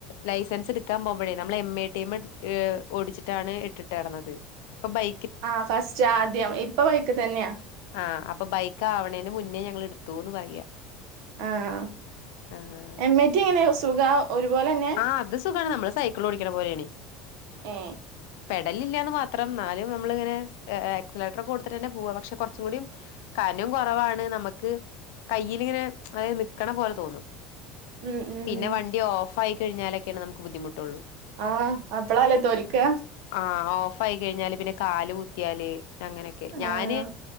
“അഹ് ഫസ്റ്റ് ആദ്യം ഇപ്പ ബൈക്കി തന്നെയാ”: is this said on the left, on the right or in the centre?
Right